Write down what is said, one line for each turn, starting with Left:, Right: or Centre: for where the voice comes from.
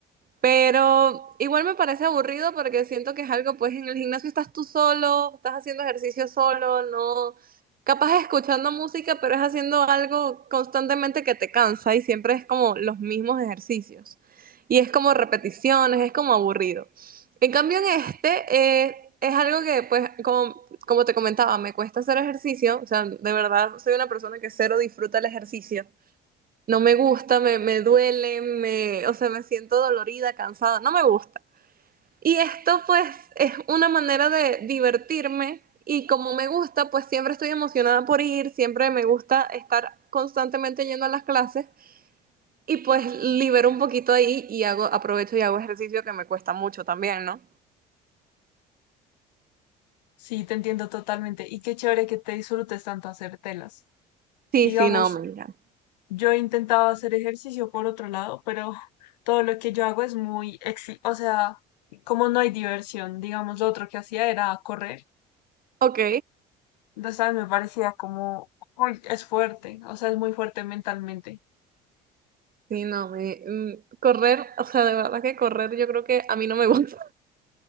Right: Pero igual me parece aburrido porque siento que es algo, pues en el gimnasio estás tú solo, estás haciendo ejercicio solo, no, capaz escuchando música, pero es haciendo algo constantemente que te cansa y siempre es como los mismos ejercicios. Y es como repeticiones, es como aburrido. En cambio en este eh, es algo que, pues, como, como te comentaba, me cuesta hacer ejercicio, o sea, de verdad soy una persona que cero disfruta el ejercicio. No me gusta, me, me duele, me, o sea, me siento dolorida, cansada, no me gusta. Y esto pues es una manera de divertirme y como me gusta, pues siempre estoy emocionada por ir, siempre me gusta estar constantemente yendo a las clases y pues libero un poquito ahí y hago, aprovecho y hago ejercicio que me cuesta mucho también, ¿no?
Left: Sí, te entiendo totalmente. Y qué chévere que te disfrutes tanto hacer telas.
Right: Sí,
Left: Digamos,
Right: sí, no, me encanta.
Left: Yo he intentado hacer ejercicio por otro lado, pero <laughs> todo lo que yo hago es muy, exi- o sea, como no hay diversión, digamos, lo otro que hacía era correr.
Right: Ok,
Left: Entonces a mí me parecía como, uy, es fuerte, o sea, es muy fuerte mentalmente.
Right: sí, no, me, mm, correr, o sea, de verdad que correr yo creo que a mí no me <laughs> gusta.